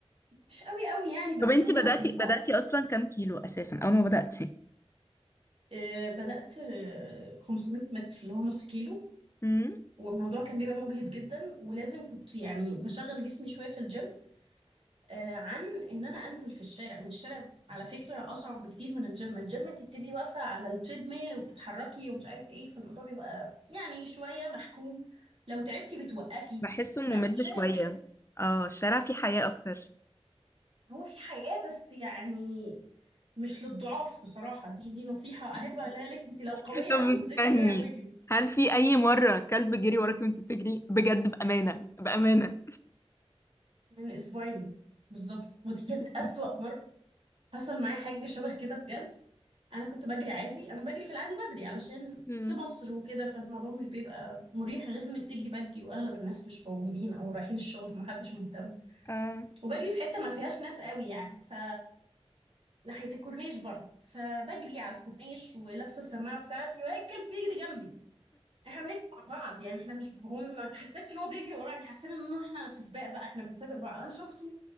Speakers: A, on the right (about 60°); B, on the left (about 25°).
A: مش قوي قوي يعني بس
B: طب انتي
A: هما
B: بدأتي
A: لطاف
B: بدأتي اصلا كام كيلو اساسا اول ما بدأتي
A: آه، بدأت آه، 500 متر اللي هو نص كيلو
B: امم
A: والموضوع كان بيبقى مجهد جدا ولازم كنت يعني بشغل جسمي شوية في الجيم آه، عن ان انا انزل في الشارع يعني الشارع على فكرة اصعب بكتير من الجيم الجيم انت بتبقي واقفة على التريد ميل وبتتحركي ومش عارف ايه فالموضوع بيبقى يعني شوية محكوم لو تعبتي بتوقفي
B: بحسه ممل
A: انما في الشارع
B: شوية
A: بحس
B: اه الشارع فيه حياة اكتر
A: هو في حياة بس يعني مش للضعاف بصراحة دي دي نصيحة أحب
B: <laughs>
A: أقولها لك أنت لو قوية
B: طب
A: قوي
B: استني
A: انزلي الشارع واجري
B: هل في أي مرة كلب جري وراكي وانت بتجري بجد بأمانة بأمانة
A: من أسبوعين بالظبط ودي كانت
B: <laughs>
A: أسوأ مرة حصل معايا حاجة شبه كده بجد أنا كنت بجري عادي أنا بجري في العادي بدري علشان
B: امم
A: في مصر وكده فالموضوع مش بيبقى مريح غير إنك تجري بدري وأغلب الناس مش موجودين أو رايحين الشغل فمحدش مهتم
B: اه
A: وبجري في حتة ما فيهاش ناس قوي يعني ف ناحية الكورنيش برضه فبجري على الكورنيش ولابسة السماعة بتاعتي وهي الكلب بيجري جنبي احنا بنجري مع بعض يعني احنا مش هم ما حسيتش ان هو بيجري ورايا احنا حسينا ان احنا في سباق بقى احنا بنسابق بعض انا شفته